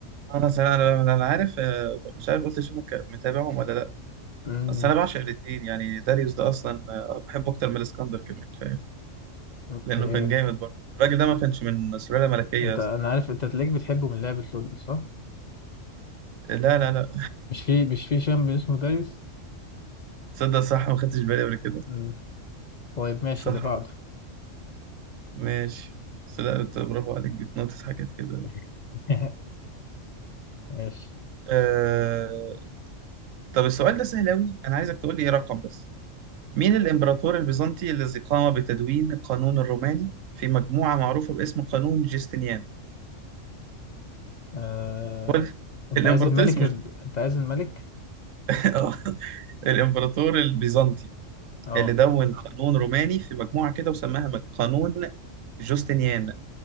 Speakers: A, on the right; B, on the left.
A: انا صراحة انا أنا عارف آه، مش عارف قلت اشوفك متابعهم ولا لا
B: امم
A: بس انا بعشق الاثنين يعني داريوس ده اصلا آه، بحبه اكتر من الاسكندر كمان فاهم
B: اوكي
A: لانه كان جامد برضه الراجل ده ما كانش من سلالة ملكية
B: انت
A: يا اسطى
B: انا عارف انت تلاقيك بتحبه من لعبة لول صح؟
A: لا لا لا
B: مش في مش في شامب اسمه داريus
A: <laughs> تصدق صح ما خدتش بالي قبل كده
B: امم طيب ماشي
A: صح
B: اللي بعده
A: ماشي بس لا أنت برافو عليك بتنطس حاجات كده
B: <laughs> ماشي
A: آه... طب السؤال ده سهل أوي أنا عايزك تقول لي إيه رقم بس مين الإمبراطور البيزنطي الذي قام بتدوين القانون الروماني في مجموعة معروفة باسم قانون جستنيان؟
B: آه...
A: هو ال-
B: انت
A: الإمبراطور
B: عايز الملك
A: اسمه
B: ال...
A: جست-
B: انت عايز الملك؟
A: <laughs> آه. الإمبراطور البيزنطي
B: اه
A: اللي دون قانون روماني في مجموعة كده وسماها مج- قانون جوستنيان